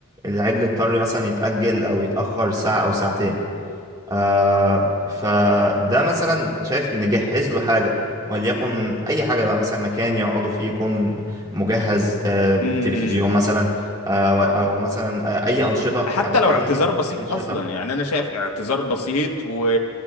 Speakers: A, on the right; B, on the left.
A: العجل اضطر مثلا يتاجل او يتاخر ساعه او ساعتين آه فده مثلا شايف نجهز له حاجة وليكن أي حاجة بقى مثلا مكان يقعدوا فيه يكون مجهز آه
B: امم
A: تلفزيون مثلا آه و- أو مثلا آه أي أنشطة
B: حتى
A: يعني فاهم
B: لو اعتذار
A: ممكن يكون
B: بسيط
A: في أنشطة
B: اصلا يعني انا شايف اعتذار بسيط و...